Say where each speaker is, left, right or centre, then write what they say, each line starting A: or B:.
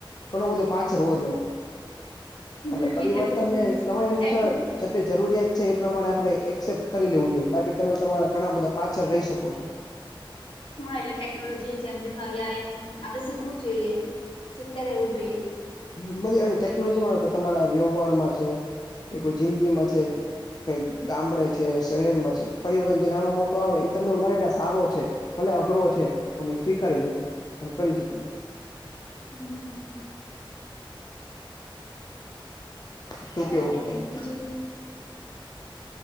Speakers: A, on the left; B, on the left.
A: ઘણો બધો પાછળ હોત એમ.
B: હમ
A: એટલે પરિવર્તનને
B: બધું
A: સમય અનુસાર
B: ટેક
A: જેટલી જરૂરિયાત છે એ પ્રમાણે આપડે એક્સેપ્ટ કરી લેવું જોઈએ બાકી તમે તમારા ઘણા બધા પાછળ રહી શકો છો.
B: હા એટલે ટેકનોલોજી જેમ જેમ નવી આવે એમ એમ આપડે શીખવું જ જોઈએ, શીખતા રહેવું જોઈએ.
A: હમ બધી આવી ટેકનોલોજીમાં તમારા વ્યવહારમાં છે કે કોઈ જિંદગીમાં છે કઈ ગામડે છે, શહેરમાં છે પરિવર્તન જે નાનો મોટો આવે ઈ તમને એવું લાગે કે આ સારો છે. ભલે અઘરો છે પણ ઈ સ્વીકારી લ્યો અને કરી શકાય.
B: હમ.
A: શું
B: તો
A: કેવું છે તમારુ?
B: બીજું